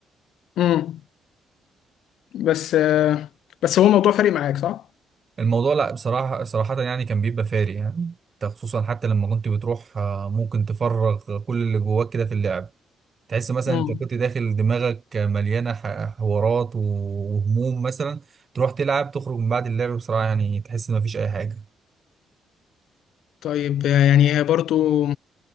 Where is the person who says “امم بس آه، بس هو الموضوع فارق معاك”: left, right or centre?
Left